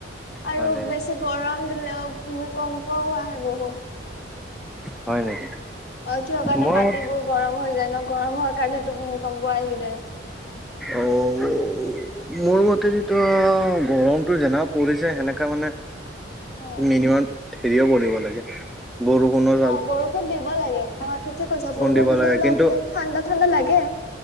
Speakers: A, on the left; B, in the centre.
A: আৰু
B: হয় নে
A: বেছি গৰম দিলেও ভূমি কম্পও আহে বহুত।
B: হয় নেকি?
A: অ' থিয়ৰ কাৰণে
B: মোৰ
A: মাটিবোৰ
B: মত
A: গৰম হৈ যায় ন', গৰম হোৱাৰ কাৰণেতো ভূমিকম্প আহি যায়।
B: অ' মোৰ মতে যেতো গৰমটো যেনেকা পৰিছে সেনেকা মানে
A: অ
B: মিনিমাম হেৰিও পৰিব লাগে, বৰষুণৰ
A: অ' বৰষুণ দিব লাগে। অ' ঠিকে কৈছা, বৰষুণ
B: দিব
A: দিলে
B: লাগে
A: অলপ
B: কিন্তু
A: মানে ঠাণ্ডা ঠাণ্ডা লাগে।